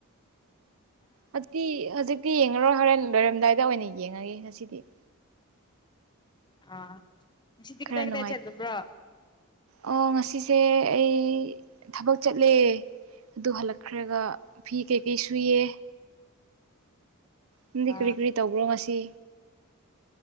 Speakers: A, on the right (about 70°); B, on the left (about 20°).
A: ꯍꯧꯖꯤꯛꯇꯤ ꯍꯧꯖꯤꯛꯇꯤ ꯌꯦꯡꯉꯔꯣꯏ ꯍꯣꯔꯦꯟ ꯂꯣꯏꯔꯝꯗꯥꯏꯗ ꯑꯣꯏꯅ ꯌꯦꯡꯉꯒꯦ ꯉꯁꯤꯗꯤ
B: ꯑ ꯉꯁꯤꯗꯤ ꯀꯗꯥꯏ
A: ꯈꯔ
B: ꯀꯗꯥꯏ
A: ꯅꯨꯡꯉꯥꯏ
B: ꯆꯠꯂꯨꯕ꯭ꯔꯣ
A: ꯑꯣ ꯉꯁꯤꯁꯦ ꯑꯩ ꯊꯕꯛ ꯆꯠꯂꯦ ꯑꯗꯨ ꯍꯜꯂꯛꯈ꯭ꯔꯒ ꯐꯤ ꯀꯩꯀꯩ ꯁꯨꯏꯌꯦ ꯅꯪꯗꯤ
B: ꯑꯥ
A: ꯀꯔꯤ ꯀꯔꯤ ꯇꯧꯕ꯭ꯔꯣ ꯉꯁꯤ